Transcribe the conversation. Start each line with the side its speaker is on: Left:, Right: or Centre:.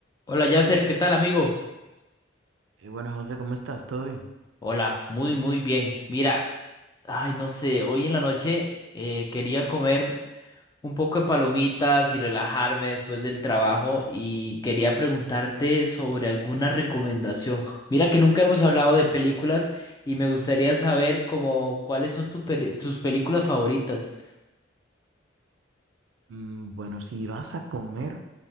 Left: Hola Yasser, ¿qué tal amigo?
Right: Eh, buenas, José, ¿cómo estás? ¿Todo bien?
Left: Hola, muy muy bien. Mira, ay no sé, hoy en la noche eh, quería comer un poco de palomitas y relajarme después del trabajo y quería preguntarte sobre alguna recomendación. Mira que nunca hemos hablado de películas y me gustaría saber como cuáles son tu peli- tus películas favoritas.
Right: Mm, bueno, si vas a comer,